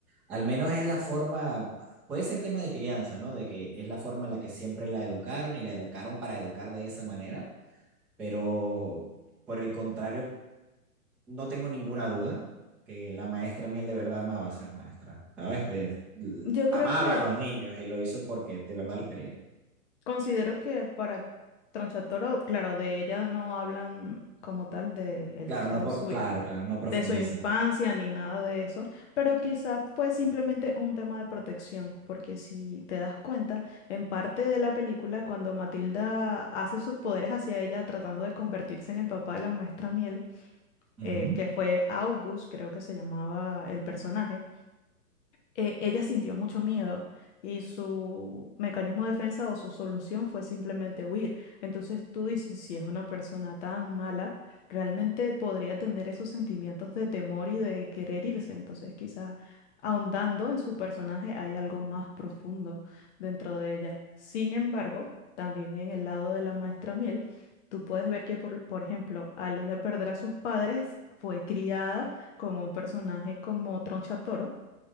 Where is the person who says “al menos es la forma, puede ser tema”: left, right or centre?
Centre